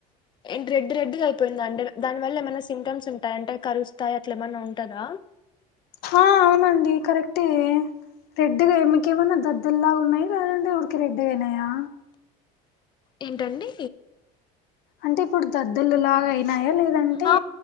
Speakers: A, on the left (about 30°); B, on the left (about 70°).
A: ఎంట్ రెడ్ రెడ్గా అయి పోయింది అంటే దాని వల్ల ఏమైనా సిమ్టమ్స్ ఉంటాయి అంటే కరుస్తాయి అట్లా ఏమన్నా ఉంటదా
B: హా అవునండి కరెక్టే రెడ్డుగా మీకేమన్నా దద్దురుల్లాగా ఉన్నాయా లేదంటే ఊరికే రెడ్డుగా అయినయా
A: ఏంటండీ
B: అంటే ఇప్పుడు దద్దులులాగ అయినాయా లేదంటే
A: ఆ